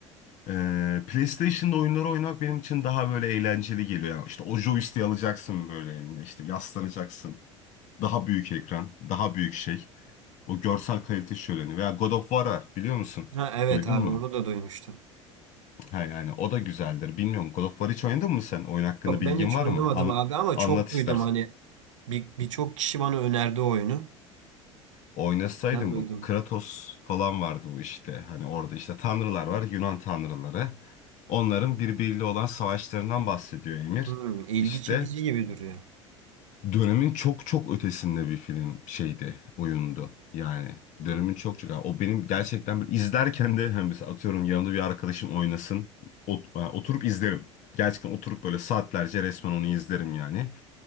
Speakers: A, on the left; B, on the right.
A: e, PlayStation'da oyunları oynamak benim için daha böyle eğlenceli geliyor. Yani işte o joystick'i alacaksın böyle eline, işte yaslanacaksın. Daha büyük ekran, daha büyük şey. O görsel kalite şöleni. Veya God of War var biliyor musun?
B: Ha, evet
A: Duydun
B: abi
A: mu?
B: onu da duymuştum.
A: Ha yani o da güzeldir. Bilmiyorum God of War hiç oynadın mı sen? Oyun hakkında
B: Yok
A: bilgin
B: ben hiç
A: var
B: oynamadım
A: mı? An-
B: abi ama
A: anlat
B: çok
A: istersen.
B: duydum hani bir birçok kişi bana önerdi o oyunu.
A: Oynasaydın
B: Ben duydum.
A: bu Kratos falan vardı bu işte. Hani orada işte tanrılar var Yunan tanrıları. Onların birbiriyle olan savaşlarından bahsediyor Emir.
B: Hmm, ilgi
A: İşte
B: çekici gibi duruyor.
A: Dönemin çok çok ötesinde bir film şeydi, oyundu. Yani
B: Hmm.
A: dönemin çok çok. yani o benim gerçekten bir izlerken de hani mesela atıyorum yanımda bir arkadaşım oynasın. ot- yani oturup izlerim. Gerçekten oturup böyle saatlerce resmen onu izlerim yani.